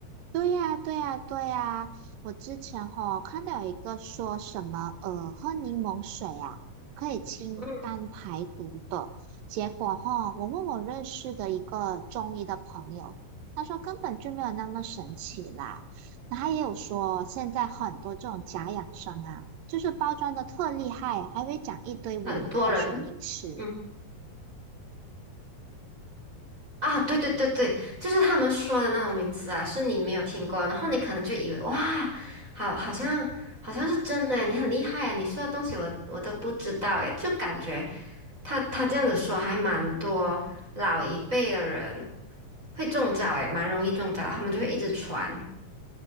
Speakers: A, on the right (about 70°); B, on the right (about 20°).
A: 对呀，对呀，对呀！我之前吼看到有一个说什么，呃，喝柠檬水啊，可以清肝排毒的。
B: 嗯，
A: 结果吼，我问我认识的一个中医的朋友，他说根本就没有那么神奇啦。那他也有说，现在很多这种假养生啊，就是包装的特厉害，还会讲一堆伪科学名词。
B: 很多人，嗯啊，对对对对，就是他们说的那种名词啊，是你没有听过，然后你可能就以为哇，好，好像好像是真的诶，你很厉害诶，你说的东西我我都不知道诶，就感觉。他他这样子说，还蛮多老一辈的人会中招，诶，蛮容易中招，他们就会一直传。